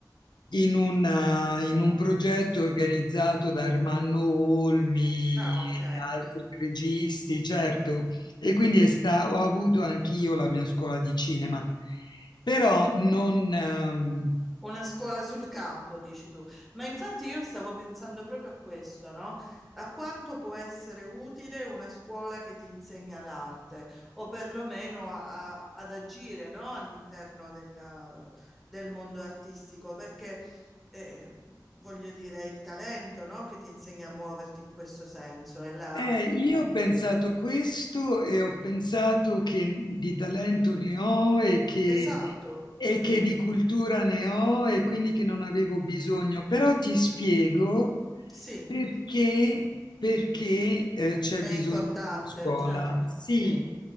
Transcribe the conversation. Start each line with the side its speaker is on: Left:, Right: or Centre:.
Left: in, una- in un progetto organizzato da Armando Olmi,
Centre: ah, ok.
Left: altri registi, certo, e quindi è sta- ho avuto anch'io la mia scuola di cinema, però non, ehm,
Centre: Una scuola sul campo, dici tu. Ma infatti io stavo pensando proprio a questo, no? A quanto può essere utile una scuola che ti insegna l'arte, o perlomeno a- a- ad agire, no? All'interno della- del mondo artistico, perché eh, voglio dire, è il talento, no? Che ti insegna a muoverti in questo senso. È la...
Left: Eh, io ho pensato questo e ho pensato che di talento ne ho e che,
Centre: Esatto,
Left: e che di cultura ne ho e quindi che non avevo bisogno, però ti spiego
Centre: sì,
Left: perché, perché, eh, c'è
Centre: è
Left: bisogno
Centre: importante,
Left: della scuola.
Centre: certo,
Left: Sì,
Centre: sì.